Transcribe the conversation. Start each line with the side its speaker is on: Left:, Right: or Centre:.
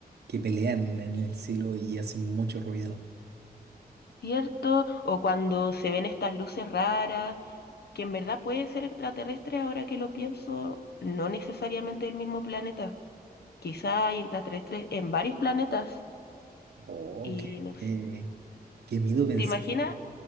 Right: que pelean en el cielo y hacen mucho ruido.
Left: ¿cierto? O cuando se ven estas luces raras, que en verdad pueden ser extraterrestres, ahora que lo pienso, no necesariamente del mismo planeta. Quizá hay extraterrestres en varios planetas
Right: Oh,
Left: y
Right: qué,
Left: no sé.
Right: qué, qué miedo pensar.
Left: ¿Te imaginas?